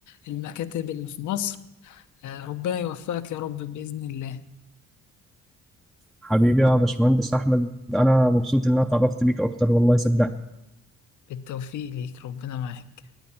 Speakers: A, on the left; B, in the centre.
A: المكاتب اللي في مصر آه، ربنا يوفقك يا رب بإذن الله
B: حبيبي يا باشمهندس احمد انا مبسوط ان انا اتعرفت بيك اكتر والله صدقني
A: بالتوفيق ليك ربنا معاك